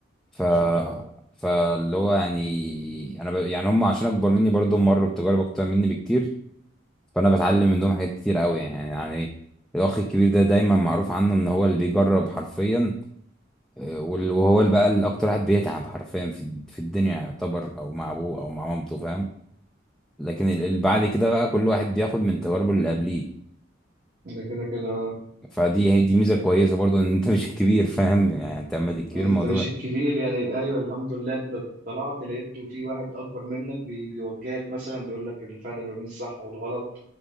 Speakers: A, in the centre; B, on the right (about 45°).
A: ف
B: ما شاء الله
A: فاللي هو يعني انا ب... يعني هم عشان اكبر مني برضه مروا بتجارب اكتر مني بكتير فانا بتعلم منهم حاجات كتير قوي يعني يعني الاخ الكبير ده دايما معروف عنه ان هو اللي بيجرب حرفيا وال- وهو اللي بقى اللي اكتر واحد بيتعب حرفيا في الد- في الدنيا يعتبر او مع ابوه او مع مامته فاهم لكن ال- اللي بعد كده بقى كل واحد بياخد من تجاربه اللي قبليه
B: ده كده كده اه.
A: فدي دي ميزه كويسه برضو ان انت <laughs> مش الكبير فاهم يعني انت اما تبقى الكبير
B: انت
A: الموضوع
B: مش
A: بقى.
B: الكبير يعني ايوه الحمد لله انت طلعت لقيت في واحد اكبر منك بي بيوجهك مثلا بيقول لك الفرق ما بين الصح والغلط